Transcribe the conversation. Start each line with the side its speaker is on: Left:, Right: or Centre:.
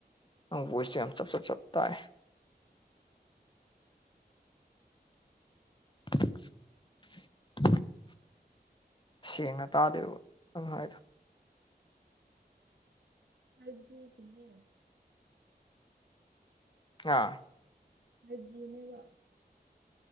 Left: ꯅꯪ ꯚꯣꯏꯁꯁꯦ ꯌꯥꯝ ꯆꯞ ꯆꯞ ꯆꯞ ꯇꯥꯏ <unintelligible> ꯁꯦꯡꯅ ꯇꯥꯗꯦꯕ ꯅꯪ ꯍꯥꯏꯗ‌ꯣ
Right: ꯑꯩꯕꯨꯗꯤ ꯁ‌ꯦꯡꯉ‌ꯦ
Left: ꯍꯥ
Right: ꯐꯥꯏꯞ ꯖꯤꯅ‌ꯦꯕ